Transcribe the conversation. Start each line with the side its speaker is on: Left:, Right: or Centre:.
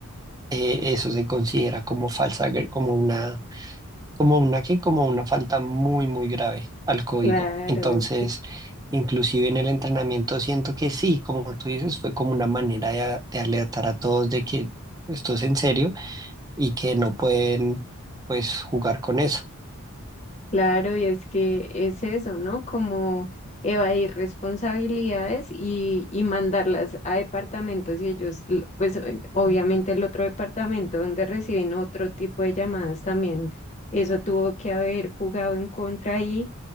Right: eh, eso se considera como falsa, agre- como una como una que como una falta muy muy grave al código.
Left: Claro,
Right: Entonces, inclusive en el entrenamiento siento que sí, como tú dices, fue como una manera de, a- de alertar a todos de que esto es en serio y que no pueden pues jugar con eso.
Left: Claro, y es que es eso, ¿no? Como evadir responsabilidades y, y mandarlas a departamentos y ellos, l- pues o- obviamente el otro departamento donde reciben otro tipo de llamadas también, eso tuvo que haber jugado en contra ahí